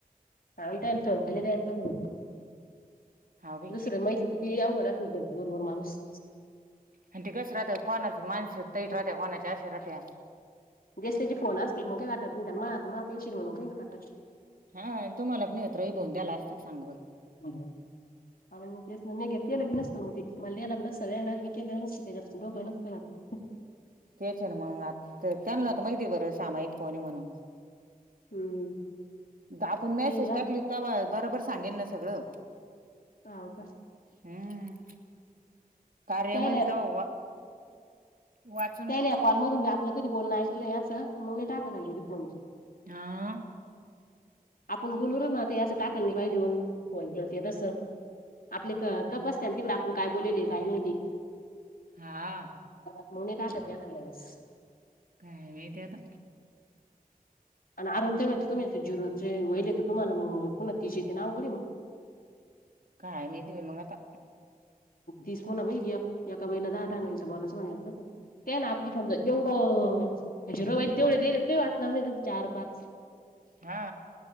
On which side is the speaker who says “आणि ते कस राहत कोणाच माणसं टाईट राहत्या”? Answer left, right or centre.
Right